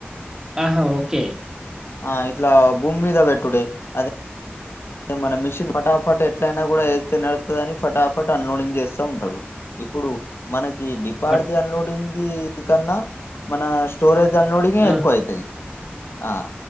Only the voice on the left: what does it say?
ఆ ఇట్లా భూమి మీద పెట్టుడే అదే మన మిషిన్ ఫటాఫట్ ఎట్లయినా కూడా వేస్తే నడుతదిని ఫటాఫట్ అన్లోడింగ్ చేస్తా ఉంటడు ఇప్పుడు మనకి డిపార్ది
అన్లోడింగ్ది కన్నా మన స్టోరేజ్ అన్లోడింగే
ఎక్కువ అయితది ఆ